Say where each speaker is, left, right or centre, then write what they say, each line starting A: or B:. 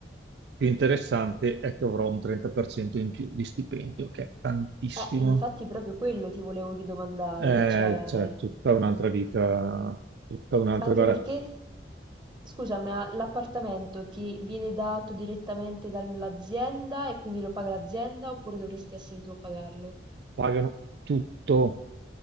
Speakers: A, on the right; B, on the right.
A: più interessante è che avrò un 30% in più di stipendio, che è tantissimo.
B: Eh, infatti proprio quello ti volevo chi- domandare,
A: Eh,
B: cioè,
A: cioè, tutta un'altra vita, tutta un'altra,
B: anche
A: guarda,
B: perché, scusa, ma l'appartamento ti viene dato direttamente dall'azienda e quindi lo paga l'azienda oppure dovresti essere tu a pagarlo?
A: pagano tutto,